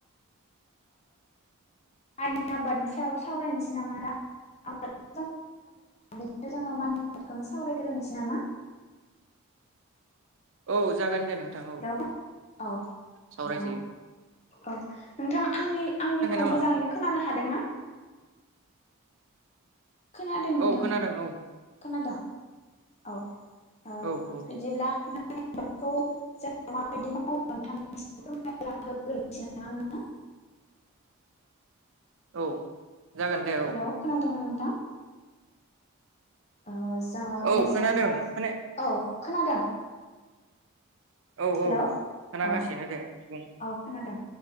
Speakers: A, on the left (about 30°); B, on the right (about 55°).
A: आंनि आबादनि सायाव सावरायनोसै <unintelligible> बिदिनो जोङो माइनि आबादखौनो <unintelligible> सावरायग्रोनोसै नामा
B: औ जागोन दे नोंथां
A: हेलौ
B: औ
A: औ
B: सावराय
A: ओ
B: जायो
A: औ नोंथां आंनि आंनिखौ
B: नामा
A: मोजाङैनो खोनानो हादोंना खोनादों नोंथां
B: औ खोनादों औ
A: खोनादों औ ओ
B: औ औ
A: बिदिब्ला आबादखौ जों माबायदि मावो नोंथांनिम फोरमायना हो <inaudible>
B: औ जागोन दे औ
A: हेलौ खादोंंना नोंथां ओ जोङो
B: औ
A: <unintelligible>
B: खोनादों
A: जोङो
B: खोना
A: औ खोनादों
B: औ
A: हेलौ
B: औ खोनागासिनो
A: औ
B: दे बुं
A: औ खोनादों